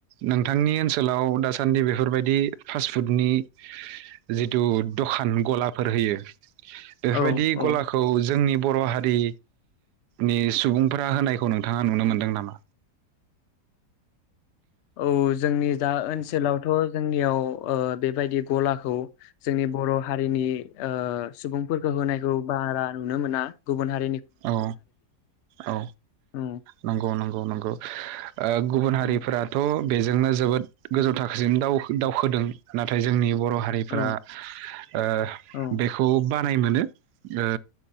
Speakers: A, on the right; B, on the left.
A: नोंथांनि ओनसोलाव दासान्दि बेफोरबायदि फास्टफुडनि जिथु दखान गलाफोर होयो बेफोरबायदि
B: औ औ
A: गलाखौ जोंनि बर' हारि नि सुबुंफोरा होनायखौ नोंथाङा नुनो मोनदों नामा?
B: औ जोंनि दा ओनसोलावथ' जोंनियाव ओ बेबायदि गलाखौ जोंनि बर' हारिनि ओ सुबुंफोरखौ होनायखौ बारा नुनो मोना गुबुन हारि
A: औ औ
B: औ
A: नंगौ नंगौ नंगौ ओ गुबुन हारिफोराथ'
B: औ
A: बेजोंनो जोबोद गोजौ थाखोसिम दाव दावखोदों नाथाय जोंनि बर' हारिफोरा
B: औ
A: ओ
B: औ
A: बेखौ बा नाय मोनो ओ